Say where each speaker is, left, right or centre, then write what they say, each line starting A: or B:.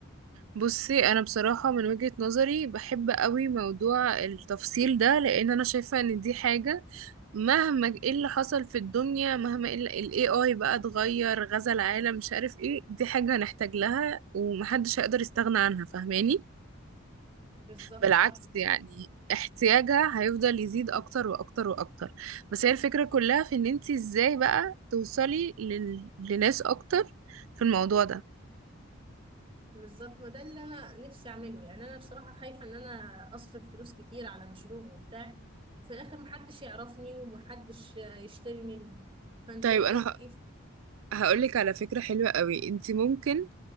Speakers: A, on the right; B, on the right.
A: بصي انا بصراحة من وجهة نظري بحب قوي موضوع التفصيل ده لان انا شايفة ان دي حاجة مهما ايه اللي حصل في الدنيا مهما ايه اللي- ال AI بقى اتغير غزا العالم مش عارف ايه دي حاجة هنحتاج لها ومحدش هيقدر يستغنى عنها فاهماني؟
B: بالظبط
A: بالعكس
B: صح كده
A: يعني احتياجها هيفضل يزيد اكتر واكتر واكتر بس هي الفكرة كلها في ان انت ازاي بقى توصلي لل... لناس اكتر في الموضوع ده
B: بالظبط وده اللي أنا نفسي أعمله يعني أنا بصراحة خايفة إن أنا أصرف فلوس كتير على مشروع وبتاع في الآخر محدش يعرفني ومحدش آه، يشتري مني فأنت
A: طيب
B: رأيك
A: انا ه-
B: إيه في-
A: هقولك على فكرة حلوة قوي انت ممكن